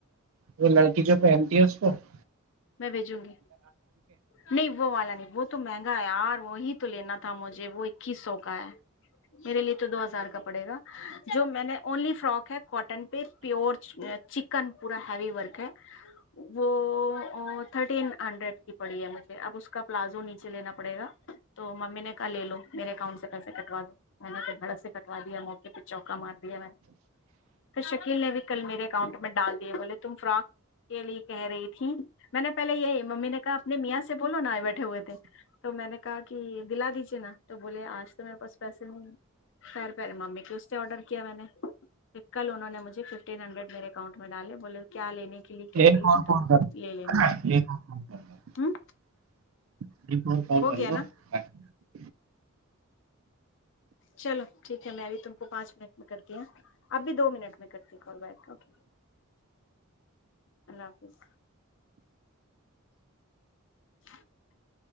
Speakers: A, on the right; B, on the left.
A: تو لڑکی جو پہمتی ہو <inaudible>
B: میں بھیجوں گی نہیں وہ والا نہیں وہ تو مہنگا ہے یار وہی تو لینا تھا مجھے وہ اکیس سو کا ہے میرے لیے تو دو ہزار کا پڑے گا جو میں نے اونلی فراک ہے کوٹ پ پیور کن پورا ہیوی ورک ہے وہ ا تھرٹین ہنڈریڈ کی پڑی ہے مجھے اب اس کا پلازو نیچے لینا پڑے گا تو ممی نے کہا لے لو میرے اکانٹ سے پیسے کٹا دو میں نے پھر دھڑک سے کٹوا دیا موقع پہ چوکا مار میں توھر شکیل نے بھی کل میرے اکاؤنٹ میں ڈال بولے تم فراک کے لیے کہہ رہی تھی <unintelligible> میں نے پہلے یہی ممی نے کہا اپنے میاں سے بولو نا آئے بیٹھے ہوئے تھے تو میں نے کہا کہ دلا دیجیے نا تو بولے آج تو میرے پاس پیسے نہیں خیر پیرے ممی کی اس سے آرڈر کیا میں نےھر کل انہوں نے مجھے ففٹین ہنڈریڈ میرے اکاؤنٹ میں ڈالے بولے کیا لینے <unintelligible>
A: ن
B: رہی
A: کون
B: تھی تم
A: کونتار
B: لے لینا
A: <unintelligible> یہم کر <unintelligible>
B: ہوں
A: ایک کال
B: ہو
A: کر
B: گیا
A: لو <unintelligible>
B: نا چلو ٹھیک ہے میں ابھی تم کو پانچ منٹ میں کرتی ہ اب بھی دو منٹ میں کرتی کال بیک اوکے اللہ حافظ <unintelligible>